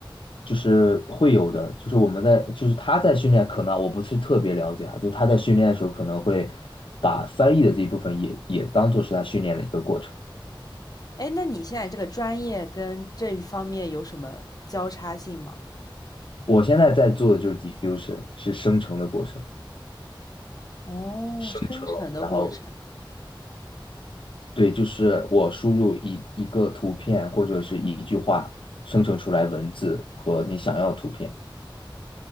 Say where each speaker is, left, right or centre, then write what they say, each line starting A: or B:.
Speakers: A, on the left; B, on the left.
A: 就是会有的，就是我们在，就是他在训练，可能我不是特别了解哈，就他在训练的时候可能会把翻译的这一部分也也当做是他训练的一个过程。
B: 哎，那你现在这个专业跟这一方面有什么交叉性吗？
A: 我现在在做的就是 diffusion，是生成的过程，
B: 哦，
A: 生成，
B: 生成的过程，
A: 然后对，就是我输入一一个图片或者是一句话，生成出来文字和你想要的图片。